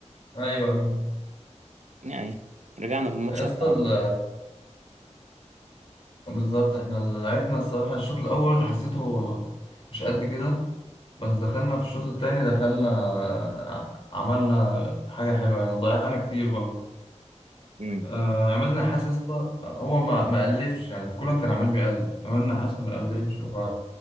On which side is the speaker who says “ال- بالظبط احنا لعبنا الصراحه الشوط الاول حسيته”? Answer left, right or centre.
Left